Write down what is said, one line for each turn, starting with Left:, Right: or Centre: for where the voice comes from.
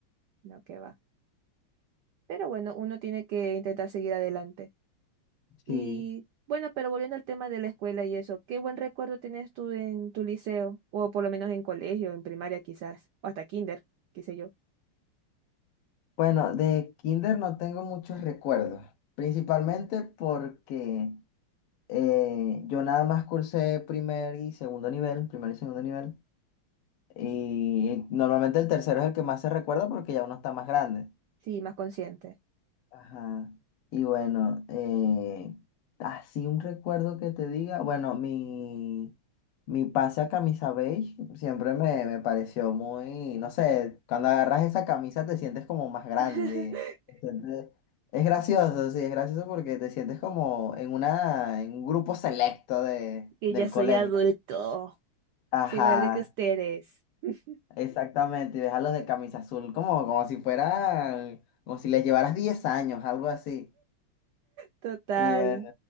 Right: no que va. Pero bueno, uno tiene que intentar seguir adelante. Y
Left: Sí.
Right: bueno, pero volviendo al tema de la escuela y eso, ¿qué buen recuerdo tienes tú en tu liceo? O por lo menos en colegio, en primaria quizás, o hasta kinder, qué sé yo.
Left: Bueno, de kinder no tengo muchos recuerdos, principalmente porque eh, yo nada más cursé primer y segundo nivel, primer y segundo nivel, y normalmente el tercero es el que más se recuerda porque ya uno está más grande.
Right: Sí, más consciente.
Left: Ajá. Y bueno, eh, así un recuerdo que te diga, bueno, mi, mi pase a camisa beige siempre me, me pareció muy, no sé, cuando agarras esa camisa te sientes como más grande.
Right: <laughs>
Left: te sientes- Es gracioso, sí, es gracioso porque te sientes como en una, en un grupo selecto de,
Right: Que
Left: del
Right: ya soy
Left: colegio.
Right: adulto.
Left: Ajá,
Right: Sí, más grande que ustedes. <laughs>
Left: exactamente. Y ves a los de camisa azul como, como si fueran, como si les llevaras 10 años, algo así.
Right: Total.
Left: Y bueno,